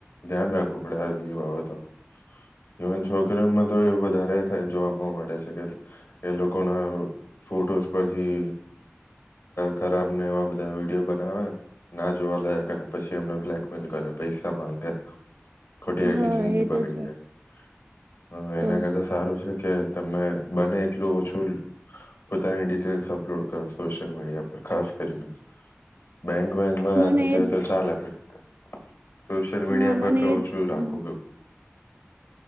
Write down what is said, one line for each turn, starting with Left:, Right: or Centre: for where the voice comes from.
Left: ધ્યાન રાખવું પડે આ બધી બાબતો ઇવન છોકરીઓમાં તો એ વધારે થાય જોવા મળે છે કે એ લોકો ના ફોટોસ પરથી ખરાબને એવા બધા વિડીયો બનાવે ના જોવા લાયક અને પછી એમને બ્લેકમેલ કરે પૈસા માંગે ખોટી આખી
Right: હા
Left: જિંદગી
Right: એ
Left: બગડી
Right: તો છે
Left: જાય એના
Right: તો
Left: કરતા સારું છે. કે તમે બને એટલું ઓછું પોતાની ડિટેલ્સ અપલોડ કરો સોશિયલ મીડિયા પર ખાસ કરીને બેંક બેંકમાં રાખે
Right: મને
Left: તો
Right: એજ
Left: તો ચાલે <inaudible> સોશિયલ મીડિયા
Right: હા મને
Left: પર તો
Right: એજ
Left: ઓછું રાખું
Right: હમ
Left: હુ